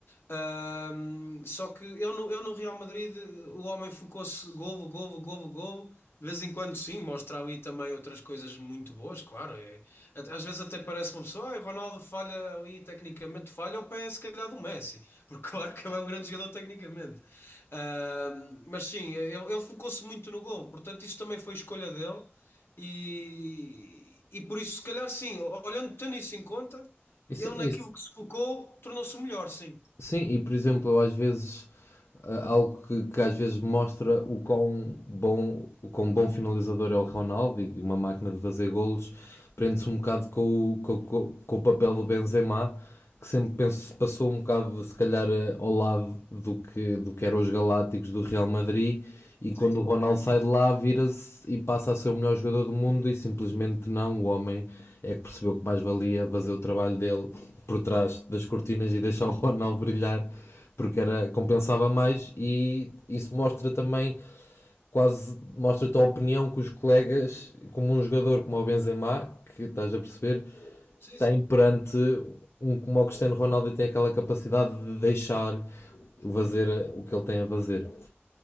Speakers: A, on the left; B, on the left.
A: Ahm, só que eu no, eu no Real Madrid o homem focou-se golo, golo, golo, golo. De vez em quando, sim, mostra ali também outras coisas muito boas, claro. É, at- às vezes até parece uma pessoa, ah, o Ronaldo falha ali, tecnicamente falha, ao pé, se calhar, do Messi, <laughs> porque claro que ele é um grande jogador tecnicamente. Ahm, mas sim, ele, ele focou-se muito no golo, portanto, isso também foi escolha dele. E, e por isso, se calhar, sim, olhando, tendo isso em conta,
B: Isso,
A: ele
B: isso,
A: naquilo que se focou tornou-se o melhor, sim.
B: Sim, e por exemplo, às vezes ah, algo que, que às vezes mostra o quão bom, o quão bom finalizador é o Ronaldo e uma máquina de fazer golos prende-se um bocado com o, com, o- com, com o papel do Benzema, que sempre penso se passou um bocado se calhar eh, ao lado do que, do que eram os Galácticos do Real Madrid e quando
A: Sim,
B: o Ronaldo sai de lá vira-se e passa a ser o melhor jogador do mundo e simplesmente não, o homem é que percebeu que mais valia fazer o trabalho dele por trás das cortinas e deixar o Ronaldo brilhar porque era, compensava mais e isso mostra também quase mostra-te a opinião que os colegas, como um jogador como o Benzema, que estás a perceber,
A: sim,
B: tem
A: sim.
B: perante um como o Cristiano Ronaldo e tem aquela capacidade de deixar fazer o que ele tem a fazer.